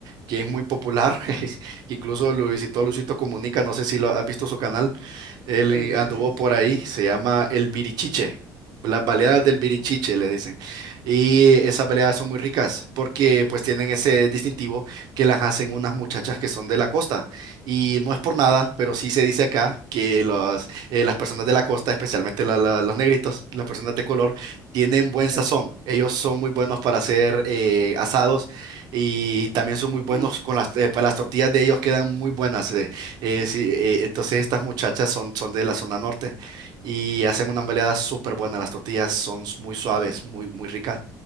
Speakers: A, on the right; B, on the left.
A: que es muy popular, <laughs> incluso lo visitó Luisito Comunica, no sé si lo has visto su canal. Él
B: Sí,
A: eh,
B: sí,
A: anduvo
B: sí, sí,
A: por
B: Pi-
A: ahí, se llama El Birichiche. Las baleadas
B: Pirichi,
A: del Birichiche le dicen. Y esas baleadas son muy ricas porque pues tienen ese distintivo que las hacen unas muchachas que son de la costa. Y no es por nada, pero sí se dice acá que los, eh, las personas de la costa, especialmente la- la- los negritos, las personas de color, tienen buen
B: claro.
A: sazón. Ellos son muy buenos para hacer eh, asados y también son muy buenos
B: Uf,
A: con las, eh, para las tortillas de ellos quedan muy buenas. eh. Eh, sí, eh, entonces estas muchachas son, son de la zona norte y hacen unas baleadas súper buenas. Las tortillas son s- muy suaves, muy, muy ricas.